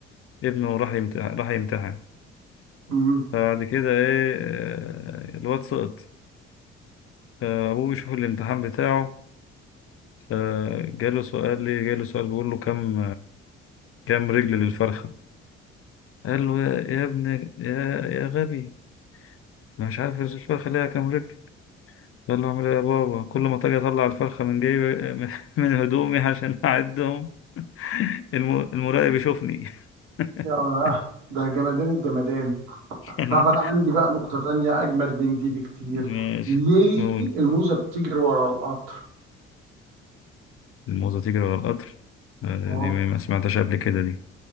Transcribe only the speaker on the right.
مم.
يا ده جمدان الجمدان
طب
انا عندي بقى نقطة تانية اجمد من دي بكتير
ليه
الموزة بتجري ورا القطر
اه